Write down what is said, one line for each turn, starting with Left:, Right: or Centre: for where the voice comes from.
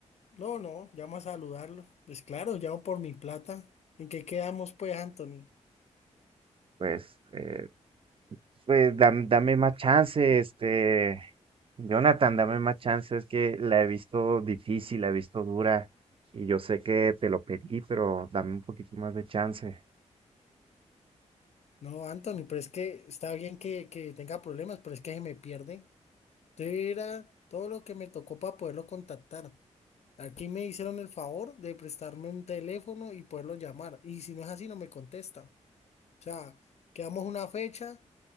Left: No, no, llamo a saludarlo. Pues claro, llamo por mi plata. ¿En qué quedamos, pues, Anthony?
Right: Pues, eh, pues dam- dame más chance, este, Jonathan, dame más chance. Es que la he visto difícil, la he visto dura y yo sé que te lo pedí, pero dame un poquito más de chance.
Left: No, Anthony, pero es que está bien que, que tenga problemas, pero es que se me pierde. Entonces era todo lo que me tocó para poderlo contactar. Aquí me hicieron el favor de prestarme un teléfono y poderlo llamar. Y si no es así, no me contesta. O sea, quedamos una fecha